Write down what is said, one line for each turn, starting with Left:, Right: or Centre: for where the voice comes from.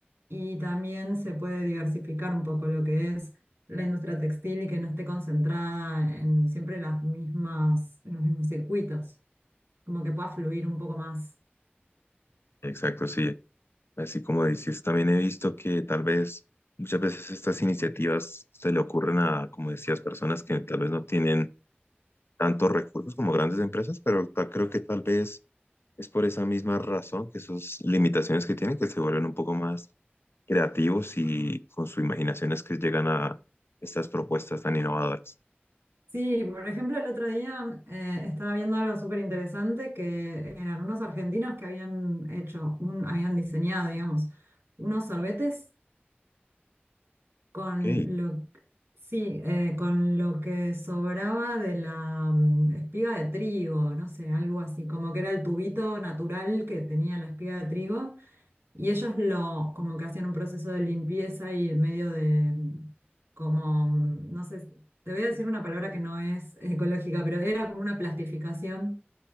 Right: y también se puede diversificar un poco lo que es la industria textil y que no esté concentrada en siempre las mismas, en los mismos circuitos, como que pueda fluir un poco más.
Left: exacto, sí. Así como dices, también he visto que tal vez muchas veces estas iniciativas se le ocurren a, como decías, personas que tal vez no tienen tantos recursos como grandes empresas, pero ta- creo que tal vez es por esa misma razón que sus limitaciones que tienen, que se vuelven un poco más creativos y con su imaginación es que llegan a estas propuestas tan innovadoras.
Right: Sí, por ejemplo, el otro día eh, estaba viendo algo súper interesante que eran unos argentinos que habían hecho, un, habían diseñado, digamos, unos sorbetes con
Left: Ok,
Right: lo, sí, eh, con lo que sobraba de la mm, espiga de trigo, no sé, algo así, como que era el tubito natural que tenía la espiga de trigo, y ellos lo, como que hacían un proceso de limpieza y medio de, mm, como, mm, no sé, te voy a decir una palabra que no es ecológica, pero era como una plastificación